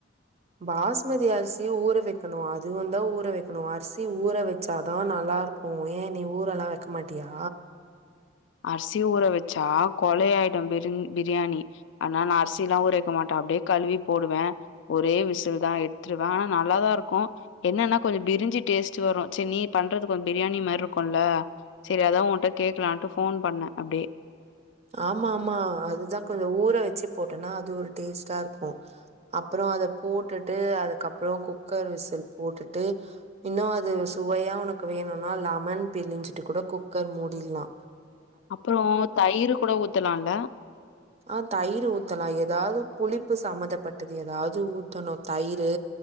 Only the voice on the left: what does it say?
அர்சி ஊற வச்சா கொலே ஆயிடும் பிரிங் பிரியாணி ஆனா நா அர்சில்லா ஊற வக்க மாட்டேன் அப்டியே கழுவி போடுவ ஒரே விசில் தான் எட்த்துருவேன் ஆனா நல்லாதாருக்கும் என்னன்னா கொஞ்ச பிரிஞ்சி டேஸ்ட்டு வரும் ச நீ பண்றது கொஞ் பிரியாணி மார்ருக்கும்ல சேரி அதான் உன்ட்ட கேக்கலான்ட்டு ஃபோன் பண்ணேன் அப்டே
அப்புற தயிரு கூட ஊத்தலால